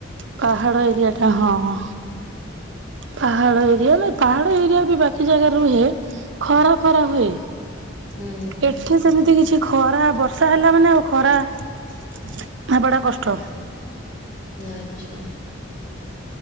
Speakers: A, on the right; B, on the left.
A: ପାହାଡ଼ ଏରିଆଟା ହଁ।
B: <inaudible>
A: ପାହାଡ ଏରିଆ ନାଇ ପାହାଡ଼ ଏରିଆ ବି ବାକି ଜାଗାରେ ରୁହେ ଖରା ଫରା ହୁଏ।
B: ହୁଁ
A: ଏଠି ସେମିତି କିଛି ଖରା ବର୍ଷା ହେଲା ମାନେ ଆଉ ଖରା ହେବାଟା କଷ୍ଟ।
B: ଆଚ୍ଛା।